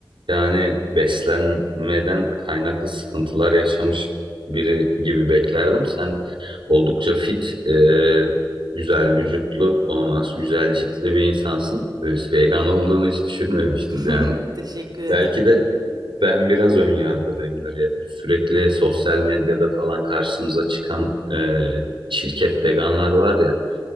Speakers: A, on the right; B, on the right.
A: yani beslenmeden kaynaklı sıkıntılar yaşamış biri gibi beklerdim. Sen oldukça
B: Hı hı,
A: fit, e, güzel vücutlu, ondan
B: hı
A: sonra
B: hı.
A: güzel ciltli bir insansın. Böyle vegan olduğunu hiç düşünmemiştim
B: <laughs>
A: yani.
B: Teşekkür ederim.
A: Belki de ben biraz ön yargılıyımdır ya. Sürekli sosyal medyada falan karşımıza çıkan e, çirkef veganlar var ya.